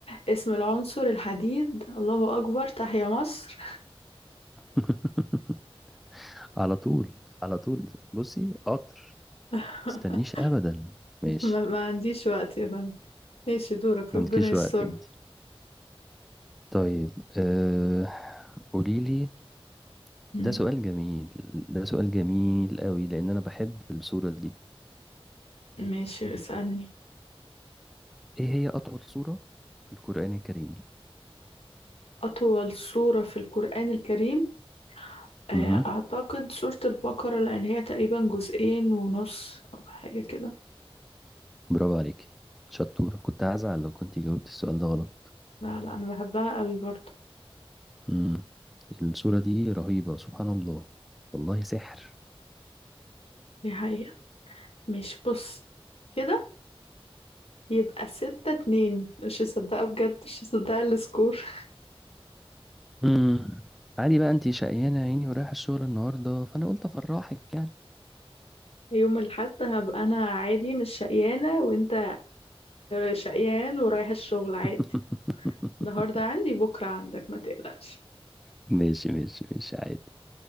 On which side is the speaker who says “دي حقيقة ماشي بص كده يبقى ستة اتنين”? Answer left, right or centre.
Left